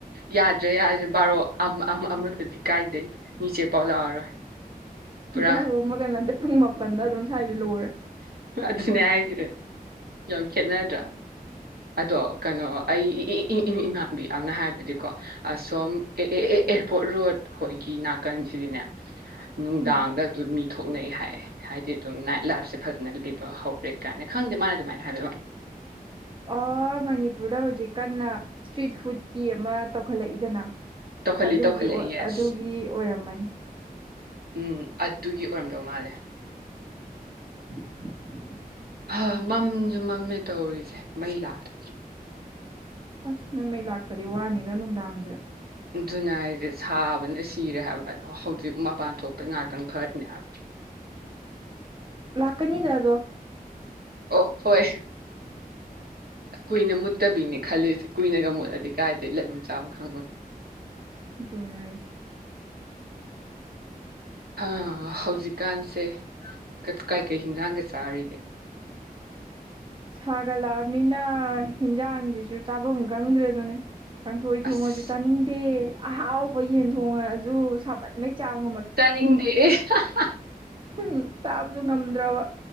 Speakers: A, on the right; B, on the right.
A: ꯌꯥꯔ ꯍꯥꯏꯗꯤ ꯕꯥꯔꯣ ꯑꯃꯗꯗꯤ ꯀꯥꯏꯗꯩ ꯃꯤꯁꯦ ꯄꯥꯎ ꯂꯥꯛꯑꯔꯣꯏ ꯄꯨꯔꯥ
B: ꯄꯕ ꯃꯒꯅꯗ ꯄꯨꯡ ꯃꯥꯄꯟꯗ ꯑꯗꯨꯝ ꯁ꯭ꯋꯥꯏꯗꯤ ꯂꯣꯏꯔꯦ
A: ꯑꯗꯨꯅꯦ ꯍꯥꯏꯁꯦ ꯌꯥꯝ ꯈꯦꯠꯅꯗ꯭ꯔꯥ ꯑꯗꯣ ꯀꯩꯅꯣ ꯑꯩ ꯏ ꯏ ꯏ ꯏꯃꯥꯟꯕꯤ ꯑꯅ ꯍꯥꯏꯕꯗꯤꯀꯣ ꯑꯁꯣꯝ ꯑꯦ ꯑꯦ ꯑꯦ ꯑꯦꯌꯥꯔꯄꯣꯔꯠ ꯔꯣꯗ ꯍꯣꯏꯒꯤ ꯅꯥꯀꯟꯁꯤꯗꯤꯅꯦ ꯅꯅꯨꯡ
B: ꯎꯝ
A: ꯗꯥꯡꯒꯗ ꯇꯨꯅꯤ ꯊꯣꯛꯅꯩ ꯍꯥꯏ ꯍꯥꯏꯗꯤ ꯑꯗꯨꯝ ꯅꯥꯏꯠ ꯂꯥꯏꯞꯁꯦ ꯐꯖꯅ ꯂꯩꯕ ꯍꯧꯔꯦ ꯀꯥꯏꯅ ꯈꯪꯗꯦ ꯃꯥꯅ ꯑꯗꯨꯃꯥꯏꯅ ꯍꯥꯏꯕꯩ ꯋꯥꯅꯤ
B: ꯑꯣ ꯃꯅꯤꯄꯨꯔꯗ ꯍꯧꯖꯤꯛ ꯀꯟꯅ ꯏꯁꯇ꯭ꯔꯤꯠ ꯐꯨꯗꯀꯤ ꯑꯃ ꯇꯧꯈꯠꯂꯛꯏꯗꯅ
A: ꯇꯧꯈꯠꯂꯤ
B: ꯑꯗꯨꯒꯤ
A: ꯇꯧꯈꯠꯂꯛꯏ ꯌꯦꯁ
B: ꯑꯗꯨꯒꯤ ꯑꯣꯏꯔꯝꯃꯅꯤ
A: ꯎꯝ ꯑꯗꯨꯒꯤ ꯑꯣꯏꯔꯝꯗꯧ ꯃꯥꯜꯂꯦ
B: <unintelligible>
A: ꯑ ꯃꯝꯁꯨ ꯃꯝꯃꯦ ꯇꯧꯔꯤꯁꯦ ꯃꯩ ꯂꯥꯛꯇꯕꯒꯤ
B: ꯑꯁ ꯅꯣꯏ ꯃꯩ ꯂꯥꯛꯇꯗꯤ ꯋꯥꯅꯤꯗ ꯅꯨꯡꯗꯥꯡꯁꯦ
A: ꯑꯗꯨꯅ ꯑꯩꯁꯦ ꯁꯥꯕꯅ ꯁꯤꯔꯦ ꯍꯥꯏꯕꯗ ꯍꯧꯖꯤꯛ ꯃꯄꯥꯟ ꯊꯣꯛꯄꯩ ꯉꯥꯏꯍꯥꯛꯇꯪ ꯐꯔꯅꯦ ꯍꯥꯏꯕ
B: ꯂꯥꯛꯀꯅꯤ ꯗꯗꯣ
A: ꯑꯣ ꯍꯣꯏ ꯀꯨꯏꯅ ꯃꯨꯠꯇꯕꯤꯅꯤ ꯈꯜꯂꯤꯁꯦ ꯀꯨꯏꯅꯒ ꯃꯣꯠꯂꯗꯤ ꯀꯥꯏꯗꯒꯤ ꯂꯩꯐꯝꯝ ꯆꯥꯐꯝ ꯈꯪꯉꯨ
B: ꯉꯔ
A: ꯑ ꯍꯧꯖꯤꯛꯀꯥꯟꯁꯤ ꯦ ꯀ ꯀꯥꯏ ꯀꯩꯁꯤꯖꯥꯡꯒ ꯆꯔꯒ
B: ꯁꯥꯒꯠꯂꯛꯑꯝꯅꯤꯅ ꯍꯤꯟꯖꯥꯡꯁꯤꯖꯨ ꯆꯥꯕꯝ ꯒꯪꯗ꯭ꯔꯦꯗꯨꯅꯤ ꯀꯥꯡꯁꯣꯏ ꯊꯣꯡꯉꯁꯨ
A: ꯑꯁ
B: ꯆꯥꯅꯤꯡꯗꯦ ꯑꯍꯥꯎꯕ ꯌꯦꯟ ꯊꯣꯡꯉ ꯗꯨ ꯁꯥꯃꯟꯕꯩ ꯆꯥꯡ
A: ꯆꯅꯤꯡꯗꯦꯌꯦ ꯍ ꯍ
B: ꯍꯝ ꯆꯥꯕꯗꯣ ꯉꯝꯗ꯭ꯔꯕ